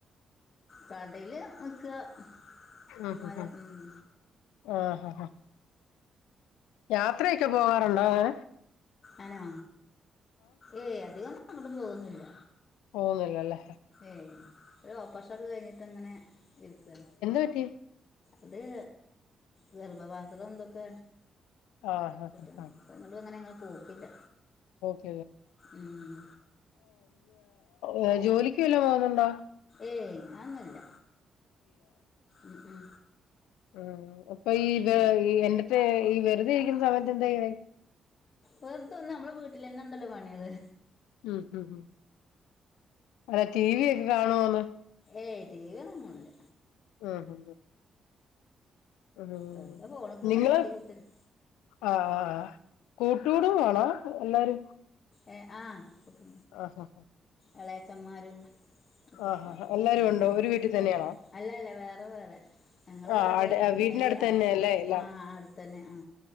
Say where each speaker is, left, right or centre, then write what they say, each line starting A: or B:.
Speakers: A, on the left; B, on the left.
A: കടയില് നിക്ക ചെക്കന്മാര്
B: ആഹ് ഹ ഹ
A: ഉം
B: ആഹ് ഹാ ഹാ യാത്രെക്കെ പോവാറുണ്ടോ ഐ
A: അനോ ഏയ് അധികൊന്നും എങ്ങട്ടും പോകൊന്നുല്ല
B: പോകുന്നില്ലല്ലേ
A: ഏയ് ഒരു ഓപ്പെർഷൊക്കെ കയ്ഞ്ഞിട്ടങ്ങനെ ഇരിക്ക
B: <unintelligible>
A: അതേ ഗർഭപാത്രം ഇതൊക്കെ
B: ആഹ് ആഹ്
A: എങ്ങോട്ടും അങ്ങനെങ്ങള് പോക്കില്ല
B: ആ
A: ഉം
B: ആ ജോലിക്ക് വല്ലാം പോന്നുണ്ടോ
A: ഏയ് അന്നുല്ല ഉ ഉ
B: ഉ അപ്പൊ ഈ പ ഈ എന്റെർറ്റെ ഈ വെറുതെ ഇരിക്കുന്ന സമയത്ത് എന്താെക്ക്യെ
A: വെറുതന്ന നമ്മെ വീട്ടിൽന്നെ എന്തല്ലോ പണികള്
B: ഉം ഉ അതെ ടി വി ഒക്കെ കാണുവന്ന്
A: ഏയ് ടി വിങ്ങണ്ട്
B: ആഹ ഹഹ ആ
A: വെറുതെ ഫോണൊക്കെ
B: നിങ്ങള
A: നോക്കി കുത്തിരി
B: ആഹ ആ് കൂട്ടുകൂടും വേണാ എല്ലാരും
A: ഏ ആട്ട
B: ആഹ്
A: ഇളയാച്ചന്്മാരും പ്പല്ല
B: ആഹ് ആഹ് എല്ലാരും ഉണ്ടോ ഒരു വീട്ടിൽ തന്നെയാണോ
A: അല്ല അല്ല വേറെ വേറെ ഞങ്ങള്ൾ
B: ആഹ്
A: വേറെ
B: വീടിന്റെ
A: അതിറെ
B: അടുത്ത് തന്നെ അല്ലേ എല്ലാം
A: ആ അടുത്തന്നെ ആ